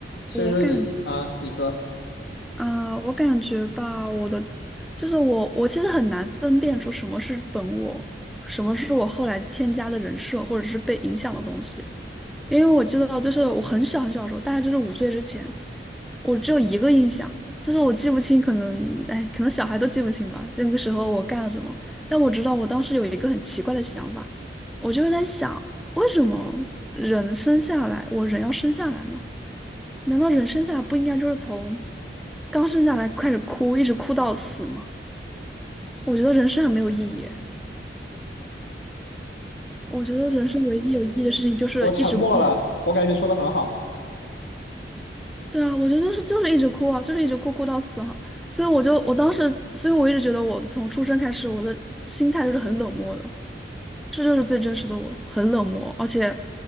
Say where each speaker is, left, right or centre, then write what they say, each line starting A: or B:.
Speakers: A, on the left; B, in the centre.
A: 所以说你啊，
B: 我感
A: 你说
B: 啊、我感觉吧，我的就是我，我其实很难分辨出什么是本我，什么是我后来添加的人设或者是被影响的东西。因为我记得就是我很小很小的时候，大概就是五岁之前，我只有一个印象，就是我记不清，可能哎，可能小孩都记不清吧，那个时候我干了什么，但我知道我当时有一个很奇怪的想法，我就是在想，为什么人生下来，我人要生下来呢？难道人生下来不应该就是从刚生下来开始哭，一直哭到死吗？我觉得人生很没有意义。我觉得人生唯一有意义的事情就是一直哭。
A: 我沉默了，我感觉你说的很好，
B: 对啊，我觉得就是就是一直哭啊，就是一直哭哭到死啊。所以我就我当时，所以我一直觉得我从出生开始，我的心态就是很冷漠的，这就是最真实的我，很冷漠，而且